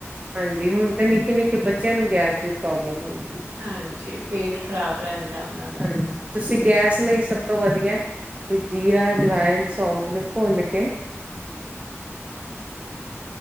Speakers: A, on the right (about 25°); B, on the right (about 80°).
A: ਹਾਂਜੀ ਹੁਣ ਤੇ ਨਿੱ- ਨਿੱਕੇ ਕਿ ਬੱਚਿਆਂ ਨੂੰ ਗੈਸ ਦੀ ਪ੍ਰੋਬਲਮ ਹੋਈ।
B: ਹਾਂਜੀ ਪੇਟ ਖ਼ਰਾਬ ਰਹਿੰਦਾ ਉਹਨਾਂ ਦਾ
A: ਹਾਂਜੀ ਤੁਸੀਂ ਗੈਸ ਲਈ ਸਭ ਤੋਂ ਵਧੀਆ ਤੇ ਜੀਰਾ, ਅਜਵਾਇਨ, ਸੌਫ ਨੂੰ ਭੁੰਨ ਕੇ